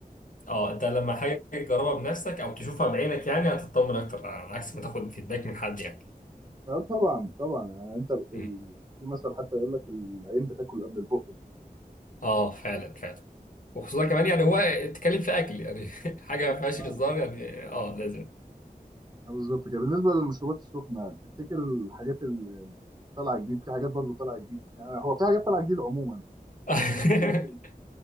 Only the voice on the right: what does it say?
آه، طبعا طبعا يعني أنت ال...
في مثل حتى يقول لك العين بتاكل قبل البق يعني
آه،
آه، بالظبط كده بالنسبه للمشروبات السخنه تفتكر الحاجات اللي طالعه جديد في حاجات برضه طالعه جديد يعني هو في حاجات طالعه جديد عموما
بس بقول لك